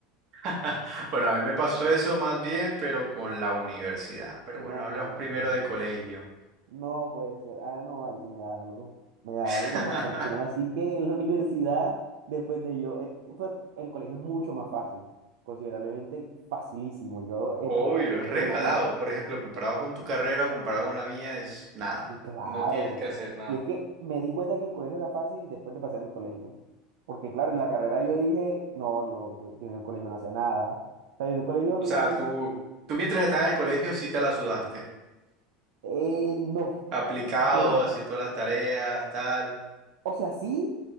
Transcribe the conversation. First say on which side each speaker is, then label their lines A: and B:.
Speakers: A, on the right (about 40°); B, on the right (about 70°).
A: <laughs> Bueno, a mí me pasó eso más bien, pero con la universidad. Pero
B: No
A: bueno, hablemos
B: puede
A: primero
B: ser,
A: del
B: no.
A: colegio.
B: No puede ser. Ah, no, ahí sí me da algo. Me da
A: <laughs>
B: algo, ¿no? Como, como así que en la <laughs> universidad, después de yo, eh, pues, el colegio es mucho más fácil, considerablemente facilísimo. Yo, eh,
A: Obvio,
B: pues, pues,
A: es regalado.
B: yo no sé,
A: Por ejemplo, comparado con tu carrera o comparado con la mía, es nada.
B: y claro.
A: No tienes que hacer nada.
B: Y es que me di cuenta que el colegio era fácil después de pasar el colegio. Porque claro, en la carrera yo dije, no, yo, yo, yo en el colegio no hacía nada. O sea, yo en el colegio, mi,
A: O sea,
B: mi-
A: tú, tú mientras estabas en el colegio sí te la sudaste.
B: eh, no.
A: Aplicado,
B: Y por-
A: haciendo todas las tareas, tal.
B: o sea, sí.